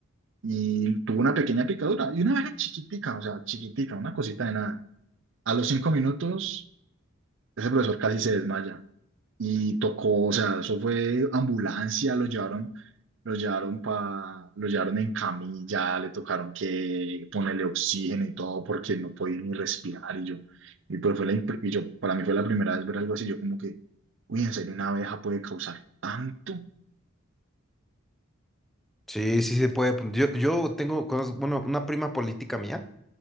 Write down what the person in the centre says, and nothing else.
Sí, sí se puede. Yo, yo tengo, conozco- bueno, una prima política mía.